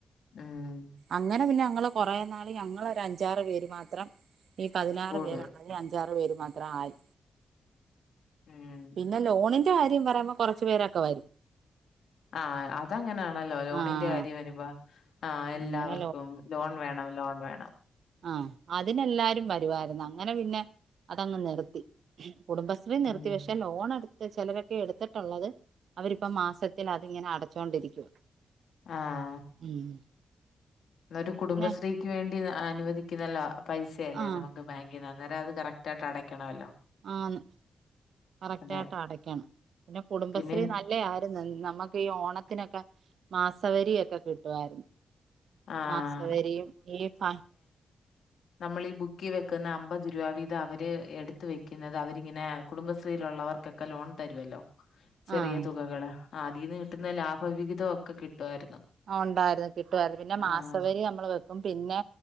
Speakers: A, on the left (about 75°); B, on the right (about 75°).
A: ഉം
B: അങ്ങനെ പിന്നെ ഞങ്ങള് കൊറെ നാള് ഞങ്ങളോര് അഞ്ചാറ് പേര് മാത്രം ഈ പതിനാറ്
A: കൂടുതൽ
B: പേരുള്ളതില് അഞ്ചാറ് പേര് മാത്ര ആയി
A: ഉം
B: പിന്നെ ലോണിന്റെ കാര്യം പറയുമ്പോ കൊറച്ച് പേരൊക്കെ വരും
A: ആഹ് അ അതങ്ങനാണല്ലോ ലോണിന്റെ
B: ആഹ്
A: കാര്യം വരുമ്പോ ആഹ് എല്ലാവർക്കും
B: അങ്ങനെ
A: ലോൺ വേണം ലോൺ വേണം
B: ആ ഹ് അതിനെല്ലാരും വരുവായിരുന്നു അങ്ങനെ പിന്നെ അതങ്ങ് നിർത്തി കുടുംബസ് ശ്രീ നിർത്തി
A: ഉം
B: പക്ഷെ ലോൺ എടുത്ത് ചെലരൊക്കെ എട്ത്തിട്ട്ള്ളത് അവരിപ്പ മാസത്തിൽ അതിങ്ങനെ അട ച്ചൊണ്ടിരിക്കുക
A: ആഹ്
B: ഉം
A: ഒരു കുടുംബശ്രീക്ക്
B: പിന്നെ
A: വേണ്ടി അനുവദിക്കുന്നല്ല പൈസയല്ലേ
B: ആഹ്
A: നമുക്ക് ബേ <unintelligible> അന്നേരം അത് കറക്റ്റായിട്ട് അടയ്ക്കണമല്ലോ
B: ആന്ന് കറക്റ്റായിട്ട്
A: അതെ
B: അടക്കണം പിന്നെ കുടുംബശ്രീ
A: പിന്നെ
B: ന ല്ലേ ആയിരുന്നു നമുക്ക് ഈ ഓണത്തിനൊക്കെ മാസവെരിയൊക്കെ കിട്ടുവായിരുന്നു
A: ആഹ്
B: മാസവെരിയും ഈ ഫ
A: നമ്മള് ഈ ബുക്കി വെക്കുന്ന അമ്പത് രൂപ വീതം അവര് എട്ത്ത് വെക്കുന്നത് അവരിങ്ങനെ കുടുംബശ്രീല്ള്ളവർക്ക് ക്കെ ലോൺ തരുവല്ലോ ചെറിയ
B: ആഹ്
A: തുകകള് ആഹ് അതീന്ന് കിട്ടുന്ന ലാഭവിഹിതം ഒക്കെ കിട്ടുവായിരുന്നു
B: ആഹ് ഉണ്ടായിരുന്നു കിട്ടുവായിരുന്നു പിന്നെ മാസവരി
A: ആഹ്
B: നമ്മള് വെ പിന്നെ